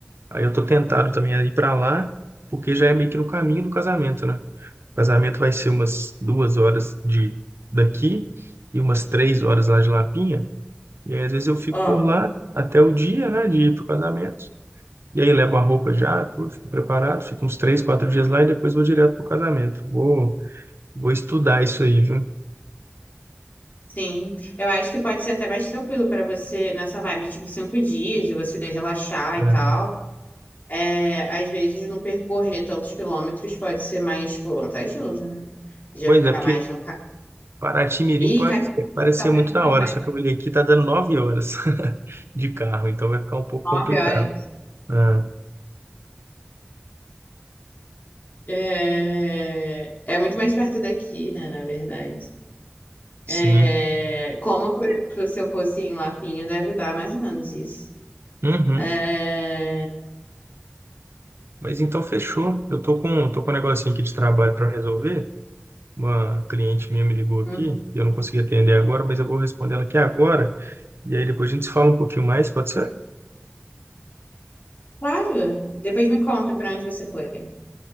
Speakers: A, on the right; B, on the left.
A: Aí eu tô tentado também a ir para lá, porque já é meio que no caminho do casamento, né? O casamento vai ser umas duas horas de daqui e umas três horas lá de Lapinha. E aí, às vezes, eu fico
B: Ó,
A: por lá até o dia, né, de ir pro casamento. E aí, levo a roupa já, tudo, fico preparado, fico uns três, quatro dias lá e depois vou direto pro casamento. Vou, vou estudar isso aí, viu?
B: sim. Eu acho que pode ser até mais tranquilo pra você nessa vibe, tipo, cinco dias e você relaxar e
A: É.
B: tal. É, às vezes, não percorrer tantos quilômetros pode ser mais, tipo, vantajoso, né? Já
A: Pois
B: ficar
A: é, porque
B: mais no carro.
A: Paraty-Mirim
B: Ih,
A: pode
B: Caxias
A: ser- parece
B: também,
A: ser muito da
B: também.
A: hora, só que eu olhei aqui, tá dando nove horas <laughs> de carro, então vai ficar um pouco
B: Nove
A: complicado.
B: horas.
A: Ah,
B: É, é muito mais perto daqui, né, na verdade.
A: sim.
B: É, como, por exemplo, se eu fosse em Lapinho, deve dar mais ou menos isso.
A: Uhum.
B: É,
A: Mas então fechou. Eu tô com, tô com um negocinho aqui de trabalho para resolver. Uma cliente minha me ligou aqui
B: uhum.
A: e eu não consegui atender agora, mas eu vou responder ela aqui agora. E aí depois a gente se fala um pouquinho mais, pode ser?
B: Claro. Depois me conta para onde você foi.